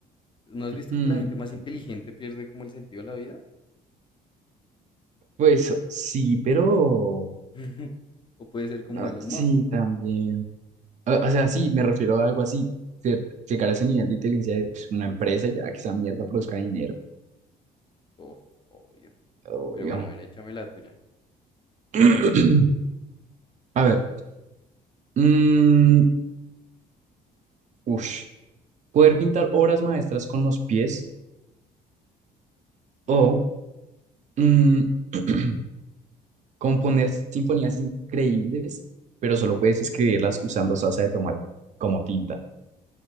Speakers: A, on the left; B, on the right.
A: ¿No has visto
B: mm,
A: que la gente más inteligente pierde como el sentido de la vida?
B: pues sí, pero...
A: <laughs> o puede ser como
B: no,
A: Elon
B: sí,
A: Musk.
B: también. O, o sea, sí, me refiero a algo así. Ser- Llegar a ese nivel de inteligencia de pues, una empresa ya que esa mierda produzca dinero.
A: Uf, obvio.
B: Obvio.
A: Pero bueno, a ver, échame la tuya.
B: <clears throat> A ver. Mm, ush. Poder pintar obras maestras con los pies
A: Mm.
B: o mm, <clears throat> componer sinfonías increíbles, pero solo puedes escribirlas usando salsa de tomate como tinta.